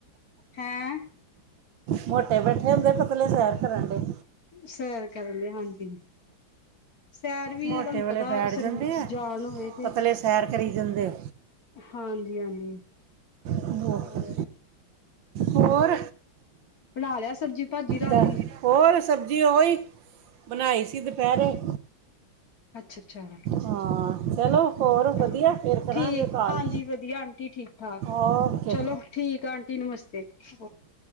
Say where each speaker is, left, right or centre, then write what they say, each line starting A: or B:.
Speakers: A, on the left; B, on the right.
A: ਹੈਂ
B: ਮੋਟੇ ਬੈਠੇ ਹੁੰਦੇ ਪਤਲੇ ਸੈਰ ਕਰਨ ਡ
A: ਸਾਰੇ ਕਰ ਲਈ ਹਾਂਜੀ ਸੈਰ ਵੀ
B: ਮੋਟੇ
A: ਤੁਹਾਨੂੰ
B: ਵਾਲੇ
A: ਪਤਾ,
B: ਬੈਠ
A: ਸਰੀਰ
B: ਜਾਂਦੇ
A: ਚ
B: ਆ
A: ਜਾਲ ਹੋਵੇ ਤੇ
B: ਪਤਲੇ ਸੈਰ ਕਰੀ ਦਿੰਦੇ
A: ਹਾਂਜੀ ਹਾਂਜੀ
B: ਹੋ-
A: ਹੋਰ
B: ਹੋਰ
A: ਬਣਾ ਲਿਆ ਸਬਜ਼ੀ ਭਾਜੀ ਰਾਤ
B: ਤਾਂ
A: ਦੀ
B: ਹੋਰ ਸਬਜ਼ੀ ਉਹ ਹੀ ਬਣਾਈ ਸੀ ਦੁਪਹਿਰੇ
A: ਅੱਛਾ ਅੱਛਾ
B: ਹਾਂ ਚਲੋ ਹੋਰ
A: ਚਲੋ
B: ਵਧੀਆ ਫਿਰ ਕਰਾਂਗੇ
A: ਠੀਕ
B: ਕਾਲ
A: ਹਾਂਜੀ ਵਧੀਆ ਆਂਟੀ ਠੀਕ ਠਾਕ
B: ਓਕੇ
A: ਚਲੋ ਠੀਕ ਆ ਆਂਟੀ ਨਮਸਤੇ ਓਕੇ